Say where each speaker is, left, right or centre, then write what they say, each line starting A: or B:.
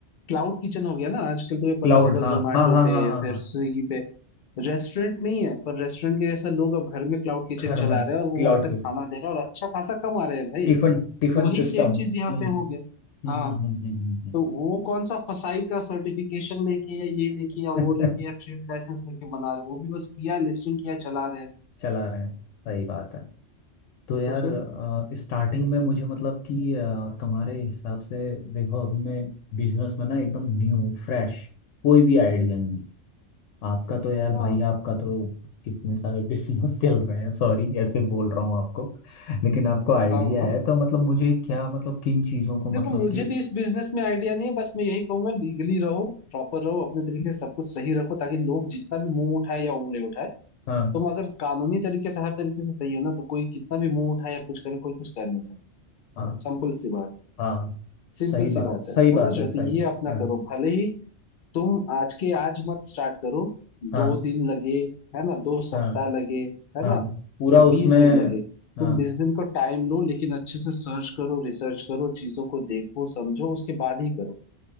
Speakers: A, on the left; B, on the left.
A: क्लाउड किचन हो गया ना आजकल तुम्हें पता
B: क्लाउड
A: होगा
B: हाँ
A: जोमेटो
B: हाँ हाँ
A: पे
B: हाँ हाँ
A: फिर
B: हाँ
A: स्विगी पे रेस्टोरेंट नहीं है पर रेस्टोरेंट के जैसा लोग अब घर में क्लाउड किचन
B: घर
A: चला
B: में
A: रहे हैं और वो
B: क्लाउड
A: वहां से
B: के
A: खाना
B: थ्रू
A: दे रहे हैं और अच्छा खासा कमा रहे हैं भाई
B: टिफिन Tiffin
A: तो वही
B: system
A: सेम
B: हम्म
A: चीज यहाँ पे हो गया
B: हम्म
A: हाँ
B: हम्म हम्म हम्म, हम्म, हम्म।
A: तो वो कौन सा फसाई का सर्टिफिकेशन लेके या ये लेके या वो
B: <laughs>
A: लेके या ट्रेड लाइसेंस लेके बना रहे हैं? वो भी बस किया लिस्टिंग किया चला रहे हैं
B: चला रहे हैं सही बात है तो यार
A: तो फिर
B: स्टार्टिंग में मुझे मतलब कि अ, तुम्हारे हिसाब से देखो अभी मैं बिजनेस में ना एकदम न्यू फ्रेश कोई भी आइडिया नहीं आपका तो यार
A: हाँ
B: भाई आपका तो कितने सारे बिजनेस <laughs> चल रहे हैं सॉरी ऐसे बोल रहा हूँ आपको लेकिन आपको आइडिया
A: हाँ हाँ
B: है तो मतलब मुझे क्या मतलब किन चीज़ों को
A: देखो
B: मतलब
A: मुझे
B: कि
A: भी इस बिजनेस में आइडिया नहीं है बस मैं यही कहूंगा लीगली रहो प्रॉपर रहो अपने तरीके से सब कुछ सही रखो ताकि लोग जितना भी मुंह उठाए या उंगली उठाए
B: हाँ
A: तुम अगर कानूनी तरीके से हर तरीके से सही हो ना तो कोई कितना भी मुंह उठाए या कुछ करे कोई कुछ कर नहीं सकता
B: हाँ
A: सिंपल सी बात है
B: हाँ
A: सिंपल
B: सही बात
A: सी बात
B: सही
A: है समझ
B: बात
A: रहे
B: है
A: हो तो
B: सही
A: ये अपना
B: हाँ
A: करो भले ही तुम आज के आज मत स्टार्ट करो
B: हाँ
A: दो दिन लगे है ना दो सप्ताह
B: हाँ
A: लगे है
B: हाँ
A: ना
B: पूरा
A: या
B: उसमें
A: बीस दिन लगे
B: हाँ
A: तुम बीस दिन को टाइम लो लेकिन अच्छे से सर्च करो रिसर्च करो चीजों को देखो समझो उसके बाद ही करो